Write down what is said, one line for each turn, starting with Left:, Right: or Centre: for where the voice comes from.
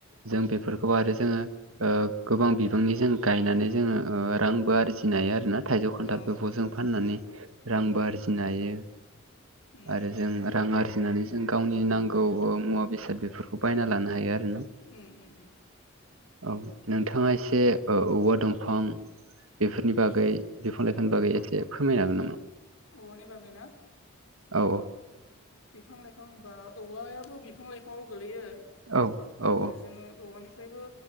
Right: जों बेफोरखौ आरो जोङो गोबां बिबांनि जों गायनानै जोङो रांबो आरजिनो हायो आर ना थाइजौ
Left: ओ औ
Right: बेखौजों फाननानै रांबो आरजिनो हायो
Left: उम
Right: आरो जों रां आरजिनानै जों गावनि नांगौ मुवा बेसाद बेफोरखौ बायना लानो हायो आरो ना
Left: उम उ उ
Right: औ नोंथाङा एसे औवा दंफां बेफोरनि बागै।
Left: औ
Right: बिफां लाइफां बागै एसे फोरमायनो हागोन नामा?
Left: औवानि बागैना
Right: औ
Left: बिफां लाइफां बा औवायाबो बिफां लाइफाङाव गोलैयो
Right: औ औ
Left: जोङो औवानिफ्रायबो